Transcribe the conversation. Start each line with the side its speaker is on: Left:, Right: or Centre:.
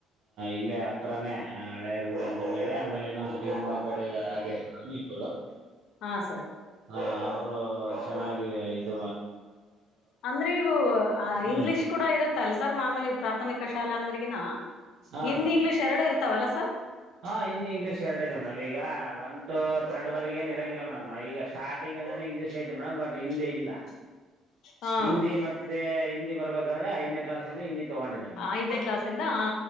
Right: <inaudible>
Left: ಹಾ ಸರ್
Right: ಹ ಅವರು ಚೆನ್ನಾಗಿ ಇದ
Left: ಅಂದ್ರೆ ಇವು
Right: ಹ್ಮ್
Left: ಇಂಗ್ಲಿಷ್ ಕೂಡ ಇರುತ್ತ ಅಲ್ ಸರ್ ಮಾಮೂಲಿ ಪ್ರಾಥಮಿಕ ಶ ಶಾಲಾ ಅಂದ್ರಗಿನ
Right: ಹಾ
Left: ಹಿಂದಿ
Right: ಮೇಡಮ್
Left: ಇಂಗ್ಲೀಷ್ ಎರಡು ಇರ್ತಾವಲ್ಲ ಸರ್
Right: ಹಾ ಹಿಂದಿ ಇಂಗ್ಲೀಷ್ ಎರಡ ಇದೆ ಮೇಡಮ್ ಈಗ ಒಂದುಟು ತರ್ಡ್ ವರೆಗ ಏನ್ ಇರಂಗಿಲ್ಲ ಮೇಡಮ್ ಈಗ ಸ್ಟಾರ್ಟಿಂಗ್ ಇಂಗ್ಲಷ್ಯ್ತ ಮೇಡ್ ಬಟ್ ಹಿಂದಿ ಇಲ್ಲ
Left: ಹಾ
Right: ಹಿಂದಿ ಮತ್ತೆ ಹಿಂದಿ ಬರ್ಬೇಕಂದ್ರೆ ಐದನೇ ಕ್ಲಾಸ್ಂದ ಹಿಂದಿ ತಗೊಂಡಿದ್ದಾರೆ ಮೇಡಮ್
Left: ಐದನೇ ಕ್ಲಾಸ್ ಇಂದ ಆ